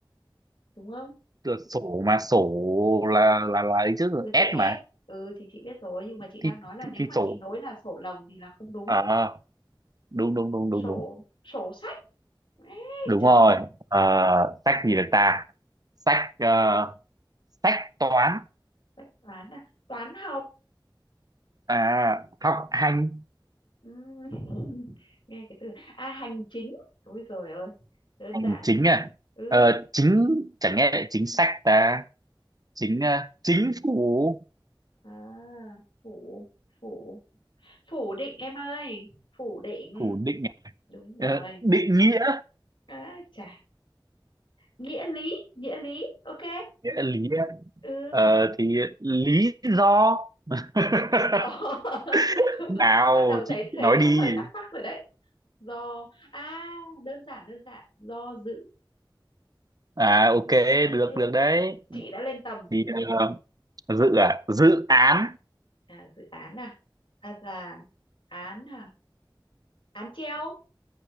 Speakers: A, on the left; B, on the right.
A: đúng không
B: cửa sổ mà sổ
A: ừ
B: là là là ấy chứ
A: là
B: S
A: chữ
B: mà
A: S ừ thì chị biết rồi nhưng mà chị đang
B: thì
A: nói là
B: thì,
A: nếu
B: thì
A: mà
B: sổ
A: chị nối là sổ lồng thì là không đúng
B: ờ đúng đúng đúng
A: sổ
B: đúng đúng
A: sổ sách Ê,
B: đúng
A: trời,
B: rồi ờ, sách gì được ta sách ờ, sách toán
A: sách toán à toán học
B: à, học hành
A: Ừm, <laughs> nghe cái từ à hành chính ôi giời ơi đơn
B: Hành
A: giản
B: chính à
A: ừ
B: ờ, chính chẳng nghe lại chính sách ta chính ờ, chính phủ
A: à, phủ phủ phủ định em ơi phủ định
B: phủ định à?
A: đúng
B: Ờ,
A: rồi
B: định nghĩa
A: à, chà nghĩa lý nghĩa lý ok
B: nghĩa là lý à?
A: ừ
B: Ờ, thì lý do <laughs>
A: lý do <laughs>
B: nào
A: bắt đầu
B: chị
A: thấy thấy
B: nói đi
A: hơi tắc tắc rồi đấy do à đơn giản đơn giản do dự
B: à ok
A: Ừ.
B: được được đấy
A: chị đã lên tầm
B: thì ờ, dự à dự án
A: à, dự án à à là án à án treo